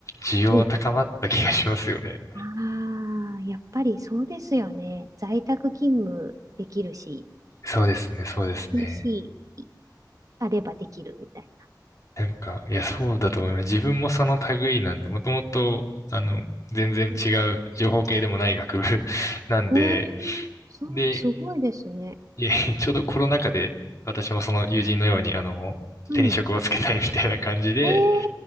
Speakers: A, on the left; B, on the right.
A: 需要が高まった気がしますよね。
B: 増えた。ああ、やっぱりそうですよね。在宅勤務できるし、
A: そうですね、そうですね。
B: PC あればできるみたい
A: なんか、いや、そうだと思います。自分もその類なんで、もともと、あの、全然違う情報系でもない学部
B: な。うん
A: <laughs> なんで、
B: ええそうだ、
A: で、
B: すごいですね。
A: いえ、ちょうどコロナ禍で、私もその友人のように、あの、
B: うん。
A: 手に職をつけたいみたいな感じで、
B: ええ